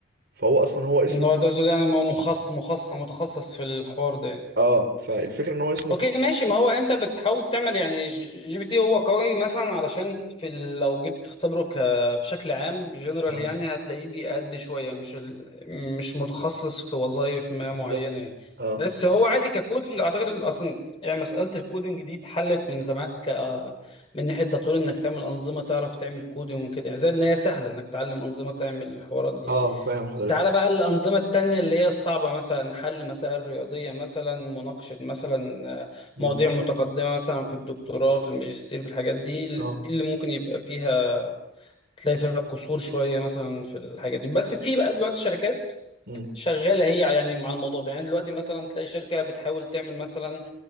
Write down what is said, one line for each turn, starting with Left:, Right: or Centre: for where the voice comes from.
Right: فهو اصلا هو اسمه
Left: ان هو ده يعني هو مخصص مخصص متخصص في الحوار ده يعني.
Right: اه فالفكره ان هو اسمه
Left: اوكي
Right: ك...
Left: ماشي ما هو انت بتحاول تعمل يعني جي بي تي هو قوي مثلا علشان في ال- لو جيت تختبره ك- بشكل عام جنرال
Right: اه
Left: يعني هتلاقيه بيأدي شويه مش ال... مش متخصص في وظائف ما
Right: بالظبط
Left: معينه يعني
Right: اه
Left: بس هو عادي ككودنج اعتقد اصلا يعني مساله الكودنج دي اتحلت من زمان ك من ناحيه تطوير انك تعمل انظمه تعرف تعمل كودنج وكده يعني زي ان هي سهله انك تعلم انظمه تعمل الحوارات دي يعني.
Right: اه فاهم حضرتك
Left: تعالى بقى الأنظمة التانية اللي هي الصعبة مثلا حل مسائل رياضية مثلا مناقشة مثلا آه،
Right: مم.
Left: مواضيع متقدمة مثلا في الدكتوراه في الماجستير في الحاجات دي
Right: اه
Left: دي اللي ممكن يبقى فيها تلاقي فيها قصور شوية مثلا في الحاجات دي بس في بقى دلوقتي شركات
Right: مم.
Left: شغالة هي يعني مع الموضوع ده يعني دلوقتي مثلا تلاقي شركة بتحاول تعمل مثلا